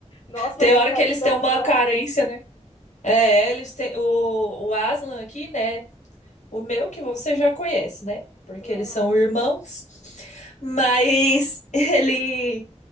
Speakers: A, on the left; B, on the left.
A: Nossa, mas
B: Tem hora
A: um carinho
B: que eles
A: tão
B: têm uma
A: próximo.
B: carência, né? É, eles têm o, o Aslan aqui, né? O meu que você já conhece, né? Porque
A: Aham.
B: eles são irmãos. Mas <laughs> ele